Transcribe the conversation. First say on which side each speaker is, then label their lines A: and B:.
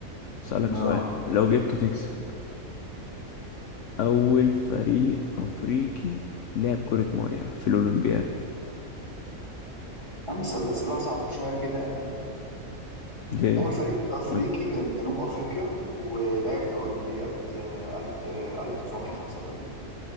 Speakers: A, on the left; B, on the left.
A: أسألك
B: نا
A: سؤال لو جبته تكسب أول فريق أفريقي لعب كرة مية في الأولمبياد
B: يا عم اسأل أسئلة أصعب شوية كده يا عم
A: ليه؟
B: أول فريق أفريقي
A: ما-
B: كان جنوب أفريقيا ولعب في أولمبياد ألف آه، ألف تسعمية خمسة وتمانين